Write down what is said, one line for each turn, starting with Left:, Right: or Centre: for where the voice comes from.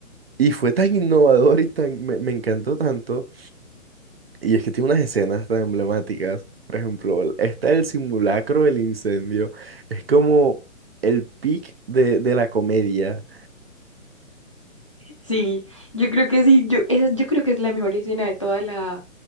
Right: Y fue tan innovador y tan, me, me encantó tanto. Y es que tiene unas escenas tan emblemáticas. Por ejemplo, el- esta del simulacro del incendio. Es como el pic de, de la comedia.
Left: Sí, yo creo que sí, yo, esa, yo creo que es la mejor escena de toda la,